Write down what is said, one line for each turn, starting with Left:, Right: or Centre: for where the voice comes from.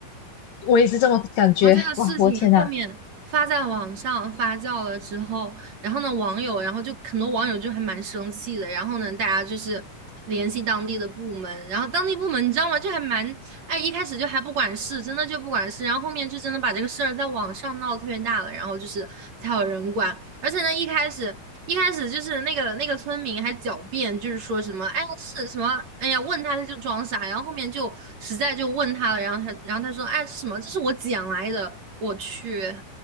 Left: 我也是这么感觉，
Right: 然后这个事情后面发在网上发酵了之后，
Left: 哇，我的天哪，
Right: 然后呢，网友，然后就很多网友就还蛮生气的。然后呢，大家就是联系当地的部门，然后当地部门你知道吗？就还蛮，哎，一开始就还不管事，真的就不管事。然后后面就真的把这个事儿在网上闹得特别大了，然后就是才有人管。而且呢，一开始。一开始就是那个那个村民还狡辩，就是说什么哎呀是什么哎呀问他他就装傻，然后后面就实在就问他了，然后他然后他说哎是什么这是我捡来的，我去，